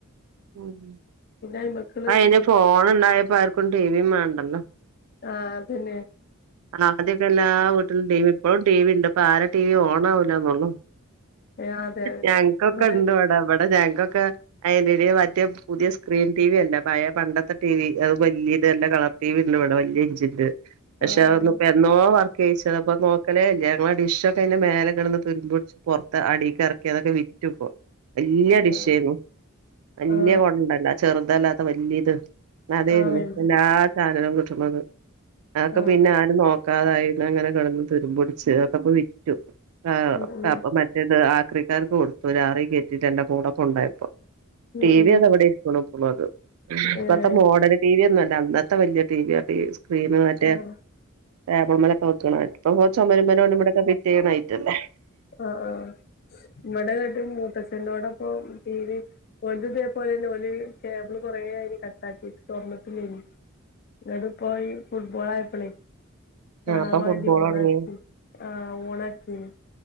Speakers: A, on the right; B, on the left.
A: ഉം ഇപ്പ
B: അയ്മക്കുള്ളൊരു
A: അയിന്
B: പൂതി
A: ഫോൺ ഇണ്ടായപ്പോ ആർക്കും ടിവിം വേണ്ടല്ലോ
B: ആഹ് അതന്നെ
A: ആദ്യൊക്കെ എല്ലാ വീട്ടിലും ടി വി ഇപ്പോഴും ടി വി ഇണ്ട് ഇപ്പൊ ആർടേം ടി വി ഓൺ ആവില്ലന്നുള്ളു
B: ഏഹ് അതെ അതെ
A: ഞങ്ങക്കൊക്കെ
B: ഇവിടെ
A: ഇണ്ട് അവിടെ അവിടെ ഞങ്ങക്കൊക്കെ എൽ ഇഡി മാറ്റേ പുതിയ സ്ക്രീൻ ടി വി അല്ലേ പഴയ പണ്ടത്തെ ടി വി അത് വലിയ ഇതെല്ലാം കളർ ടി വിണ്ട് ഇവിടെ വല്ല്യ ഇഞ്ചിന്റെ പക്ഷെ
B: ആഹ്
A: അതൊന്നുപ്പാ എ എന്നോ വർക്ക് ചെയ്യിച്ചതാ അപ്പോ നോക്കലേല്ല ഞങ്ങടെ ഡിഷ് ഒക്കെ അയിന്റെ മേലെകിടന്ന് തുരുമ്പ് പിടിച്ച് പുറത്ത് അടികെറക്കി അതൊക്കെ വിറ്റു ഇപ്പോ വല്യ
B: ആഹ്
A: ഡിഷ് ആയിനു വല്യ
B: ആഹ്
A: കൊണ്ട്ണ്ടാല്ലോ ചെറുതല്ലാതെ വല്യത് അതെരുന്നു
B: ആഹ് വലുത്
A: എല്ലാ ചാനലും കിട്ടുന്നത് അതോക്കെ
B: ആഹ്
A: പിന്നെ ആരും നോക്കാതായിന്ന് അങ്ങനെ കിടന്ന് തുരുമ്പുടിച്ച് അതൊക്കെപോ വിറ്റു ആഹ്
B: ഉം ഉം
A: അപ്പ മറ്റേത് ആക്രിക്കാർക്ക് കൊടുത്തു ലാറി കയറ്റിട്ട് എല്ല കൂടോക്കെ കൊണ്ടോയിപ്പോ
B: ഉം
A: ടി
B: ഉം
A: വി അതെ ഇവിടെ ഇരികുണു മിപ്പോ അത് ഇപ്പത്തെ
B: ഏഹ്
A: മോഡല് ടി വി ഒന്നും അല്ല അന്നത്തെ വലിയ ടി വിയ സ്ക്രീന് മറ്റേ
B: ആഹ്
A: ടേബിൾ മേലൊക്കെ വെക്കണേ ഇപ്പൊ ചുമരുമേൽ അവിടെ ഇവിടെ ഒക്കെ ഫിറ്റ് ചെയണ ഐറ്റം അല്ലേ
B: ആഹ് ആഹ് ഇവിടെ ഒരു മൂത്താച്ഛന്റെയുടെ ഇപ്പോ ടി വി ഓന് ഇതേ പോലെന്നെ ഓന് കേബിള് കുറെ അയിന് കട്ടാക്കിട്ട് ഓണക്കിട്ടില്ലേന് ഇവുടിപ്പോ ഫുട്ബോൾ ആയപ്ലെ കാണാന്
A: ആ അപ്പൊ
B: വേണ്ടി
A: ഫുട്ബോൾ
B: ഓണാക്കി
A: തുടങ്ങി
B: ആഹ് ഓണാക്കീനി